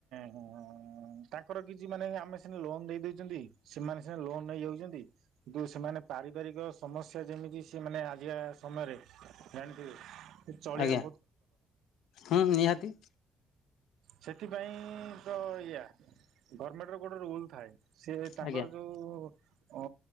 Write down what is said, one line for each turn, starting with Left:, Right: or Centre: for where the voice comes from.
Right: ହଁ ତାଙ୍କର କିଛି ମାନେ ଆମେ ସିନା ଲୋନ ଦେଇଦେଇଛନ୍ତି। ସେମାନେ ସିନା ଲୋନ୍ ନେଇ ଯାଉଛନ୍ତି। କିନ୍ତୁ ସେମାନେ ପାରିବାରିକ ସମସ୍ୟା ଯେମିତି ସେ ମାନେ ଆଜିକା ସମୟରେ, ଜାଣିଥିବେ। ଚଳିବାକୁ
Left: ଆଜ୍ଞା ଆଜ୍ଞା ହୁଁ ନିହାତି।
Right: ସେଥିପାଇଁ ତ ଏଇଆ, ଗଭର୍ଣମେଣ୍ଟ ର ଗୋଟେ ରୁଲ ଥାଏ। ସେ ତାଙ୍କର
Left: ଆଜ୍ଞା
Right: ଯୋଉ ଅ